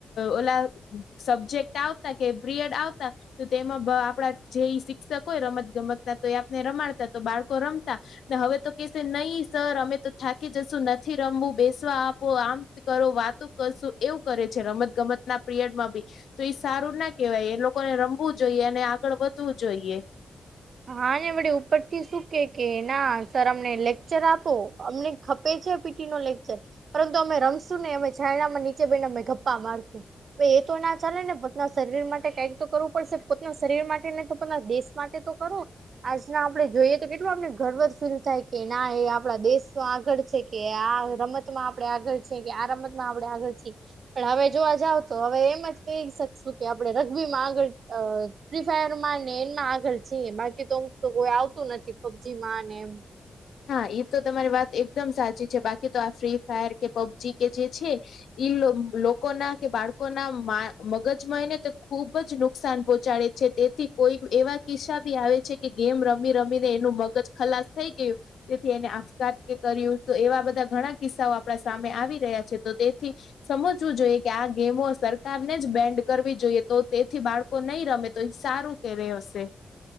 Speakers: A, on the left (about 85°); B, on the right (about 60°).
A: ઓલા સબ્જેક્ટ આવતા કે પરિયડ આવતા તો તેમાં આપડા જે શિક્ષક હોય રમત ગમત ના તો એ આપને રમાડતા તો બાળકો રમતા ને હવે તો કેશે નહી સર અમે તો થાકી જશું નથી રમવું બેસ આપો આમ કરો વાતો કરશું એવું કરે છે રમત ગમત ના પીરિયડમાં બી તો સારું ના કેવાય એ લોકોને રમવું જોઈએ અને આગળ વધવું જોઈએ
B: હા ને વડે ઉપરથી શું કે કે ના સર અમને લેક્ચર આપો અમને ખપે છે પીટી નો લેક્ચર પરંતુ અમે રમશું ને અમે છાયણામાં નીચે બેસી ને અમે ગપ્પા મારશું એ તો ના ચાલે ને પોતના શરીર માટે કઈક તો કરવું પડશે પોતના શરીર માટે ને તો પોતના દેશ માટે તો કરો આજના આપડણે જોઈએ તો કેટલું આપને ગર્વર ફીલ થાય કે ના એ આપડા દેશ આગળ કે આ રમતમાં આપણે આગળ છે કે આ રમતમાં આપણે આગળ છીએ પણ હવે જોવા જાવ તો હવે એમ જ કહી શકશું કે આપણે રગ્બીમાં આગળ ફ્રી ફાયર માં ને એનમાં આગળ છીએ બાકી તોક તો કોઈ આવતું નથી પબજી માં ને એમ
A: હા એ તો તમારી વાત એકદમ સાચી છે બાકી તો આ ફ્રી ફાયર કે પબજી કે જે છે ઈ લો લોકો ના કે બાળકોના મા મગજ મયને તો ખુબ જ નુકસાન પહોંચાડે છે તેથી કોઈ એવા કિસ્સા બી આવે છે કે ગેમ રમી રમીને એનું મગજ ખલાસ થઈ ગયું તેથી એને આપખાત કે કર્યું તો એવા બધા ઘણા કિસ્સાઓ આપણા સામે આવી રહ્યા છે તો તે થી સમજવું જોઈએ કે આ ગેમો સર કાર ને જ બેન્ડ કરવી જોઈએ તો તેથી બાળકો નહીં રમે તો એ સારું કે રુ હશે